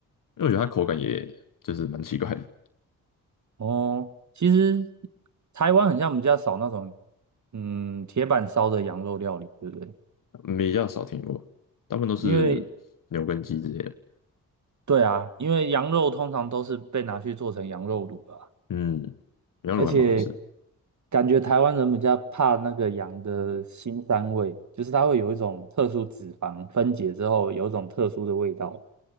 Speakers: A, on the left; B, on the right.
A: 为我觉得它口感也就是蛮奇怪的，
B: 哦。其实台湾很像比较少那种，嗯，铁板烧的羊肉料理，对不对？
A: 嗯比较少听过，大部分都是牛跟鸡之类的。
B: 因为对啊，因为羊肉通常都是被拿去做成羊肉卤啊，
A: 嗯，羊肉炉还蛮好吃。
B: 而且感觉台湾人比较怕那个羊的腥膻味，就是它会有一种特殊脂肪分解之后有一种特殊的味道。